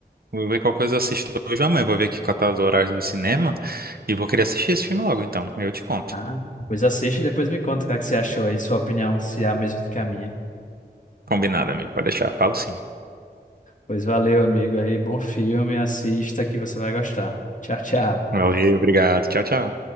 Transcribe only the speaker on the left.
Ah, pois assiste e depois me conta o que é que você achou aí, sua opinião, se é a mesma do que a minha.
Pois valeu, amigo aí, bom filme, assista que você vai gostar. Tchau, tchau.